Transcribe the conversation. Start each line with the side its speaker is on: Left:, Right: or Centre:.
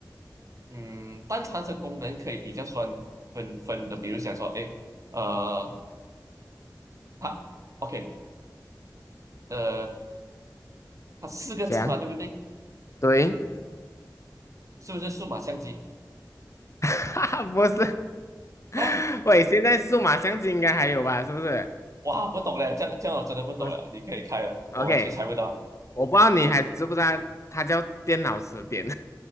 Right: 嗯，但它这功能可以比较算分分的，比如想说，哎，呃，它 OK，呃，它四个字嘛，
Left: 这样
Right: 对不对？
Left: 对，
Right: 是不是数码相机
Left: <laughs> 哈哈，不是，<laughs>
Right: 啊？
Left: 喂，现在数码相机应该还有吧？是不是？
Right: 哇，不懂嘞，这样这样我真的不懂了，
Left: 不是
Right: 你可以开了，
Left: ，OK，
Right: 我完全猜不到。
Left: 我不知道你还知不知道，它叫电脑词典，